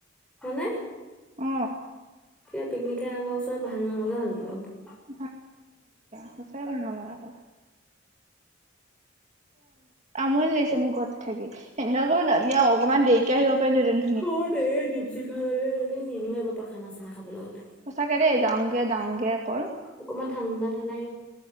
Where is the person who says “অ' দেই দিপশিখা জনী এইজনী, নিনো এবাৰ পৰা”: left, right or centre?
Centre